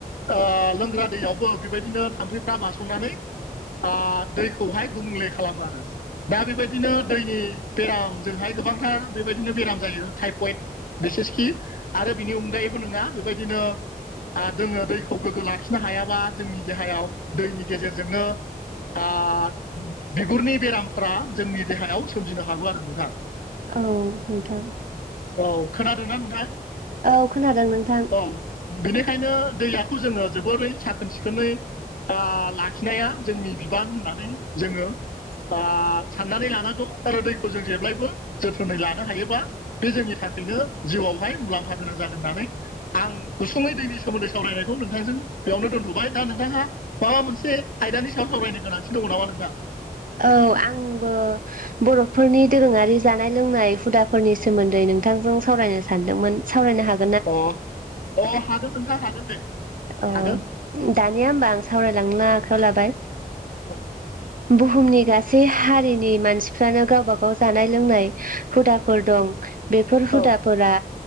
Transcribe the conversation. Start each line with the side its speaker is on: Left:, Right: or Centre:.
Left: ओ लोंग्रा दैयावबो बेबायदिनो थाम्फैफ्रा बारसननानै आ दैखौहाय गुबुंले खालामो आरो। दा बेबायदिनो दैनि बेरामजोंहाय गोबांथार बेबायदिनो बेराम जायो टाइफयद बिसेसखि आरो बिनि अनगायैबो नोङा बेबायदिनो आ दोङो दैखौ गोग्गो लाखिनो हायाबा जोंनि देहायाव दैनि गेजेरजोंनो आ बिगुरनि बेरामफ्रा जोंनि देहायाव सोमजिनो हागौ आरो नोंथां।
Right: औ नोंथां।
Left: औ खोनादों ना नोंथां?
Right: औ खोनादों नोंथां।
Left: अं बेनिखायनो दैयाखौ जोङो जोबोरै साखोन सि खोनै आ लाखिनाया जोंनि बिबान होननानै जोङो आ साननानै लानांगौ आरो दैखौ जों जेब्लायबो जोथोनै लानो हायोबा बे जोंनि थाखायनो जिउआवहाय मुलाम्फा गोनां जागोन होननानै आं गुसुङै दैनि सोमोन्दै सावरायनायखौ नोंथांजों बेयावनो दोनथ'बाय। दा नोंथाङा माबा मोनसे आयदानि सायाव सावरायनो गोनांथि दङ नामा नोंथां?
Right: औ आंबो बर'फोरनि दोरोङारि जानाय लोंनाय हुदाफोरनि सोमोन्दै नोंथांजों सावरायनो सानदोंमोन सावरायनो हाग
Left: उम अ' हागोन नोंथां हागोन दे।
Right: अ'
Left: हागोन।
Right: दानिया होमबा आं सावरायलांनो आखायाव लाबाय।
Left: <inaudible>
Right: बुहुमनि गासै हारिनि मानसिफ्रानो गावबा गाव जानाय लोंनाय हुदाफोर दं। बेफोर हुदाफोरा
Left: औ